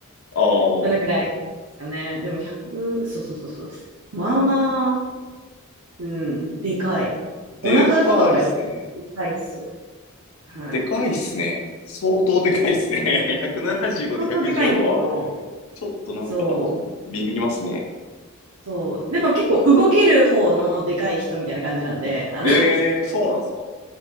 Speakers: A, on the left; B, on the right.
A: ああ、
B: そのぐらいですかね。でも100、そうそうそうそう。まあまあ、うん、でかい。
A: でかいっすね。
B: お腹とかがやっぱでかいっす。はい。
A: でかいっすね。相当でかいっすね。
B: うん。
A: <laughs> 175で115は、
B: 相当でかいんですよ。
A: ちょっとなんか、
B: そう。
A: ビビりますね。
B: そう。でも結構動ける方のでかい人みたいな感じなんで、あの
A: ええー、そうなんですか。